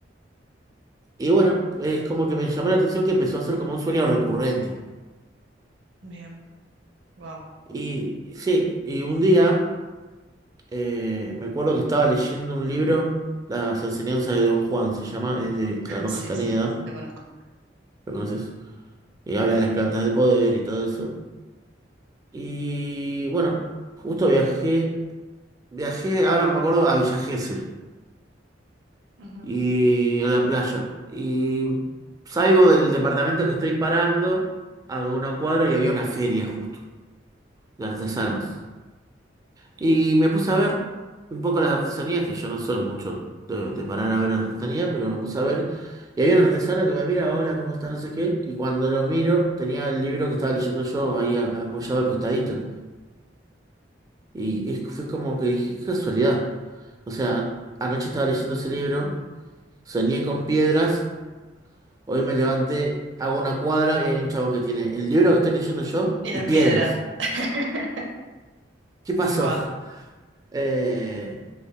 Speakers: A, on the right; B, on the right.
A: y bueno, es como que me llamó la atención que empezó a ser como un sueño recurrente.
B: Bien, wow,
A: Y sí, y un día... Eh, me acuerdo que estaba leyendo un libro, Las enseñanzas de Don Juan se llama, es de Carlos
B: <laughs> sí,
A: Castaneda,
B: sí, lo conozco.
A: ¿lo conoces? Y habla de las plantas de poder y todo eso. Y bueno, justo viajé, viajé, ahora que me acuerdo, a Villa Gesell
B: Ujú, ujú.
A: y a la playa. Y salgo del departamento que estoy parando, hago una cuadra y había una feria justo de artesanos. Y me puse a ver un poco las artesanías, que yo no soy mucho de, de parar a ver artesanía, pero me puse a ver. Y había un artesano que me mira, hola, ¿cómo está No sé qué. Y cuando lo miro, tenía el libro que estaba leyendo yo ahí a- apoyado al costadito. Y es- fue como que dije, qué casualidad. O sea, anoche estaba leyendo ese libro, soñé con piedras, hoy me levanté, hago una cuadra y hay un chabón que tiene el libro que estoy leyendo yo
B: Y
A: y
B: las
A: piedras.
B: piedras. <laughs>
A: ¿Qué pasó?
B: Wow,
A: <laughs> Eh,